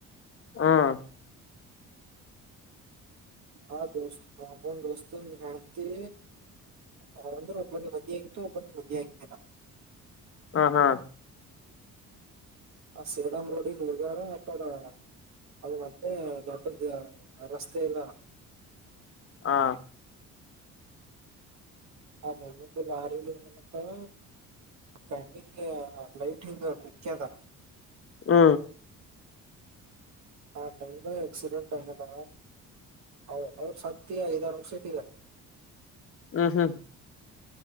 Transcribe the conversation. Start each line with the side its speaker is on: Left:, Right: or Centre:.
Left: ಹಾ <inaudible>
Right: ಹಾ ದೋಸ್ತ ಅಂಬೊಂದ ದೋಸ್ತುನ್ ಹೆಣತಿ. ಹ ಅಂದ್ರ ಒಬ್ಬೋನಿಗ್ ಮದಿ ಆಗಿತ್ತು ಒಬ್ಬೊಂದು ಮದಿ ಆಗಿದಿಲ್ಲ.
Left: ಹಾ ಹಾ
Right: ಆ ಸೇಡಂ ರೋಡಿಗಿ ಹೋಗ್ಯರ ಆಕಡ. ಅದು ಮೊದ್ಲೇ ದೊಡ್ಡದ್ದ ಅ ರಸ್ತೆ ಇಲ್ಲ.
Left: ಹಾ
Right: ಆ ದೊಡ್ಡ ದೊಡ್ಡದು ಲಾರಿ ಹೊಲತಾವ. ಕಣ್ಣಿಗ ಲೈಟ್ ಹಿಂಗ ಕುಖ್ಯದ.
Left: ಹ್ಮ
Right: ಹಾ ಟೈಮದಾಗ ಆಕ್ಸಿಡೆಂಟ್ ಆಗ್ಯದ. ಔ ಅವ್ರ ಸತ್ತಿ ಐದ್ ಆರ್ ವರ್ಷ ಆಯಿತಿಗ.
Left: ಹ್ಮ್ ಹ್ಮ್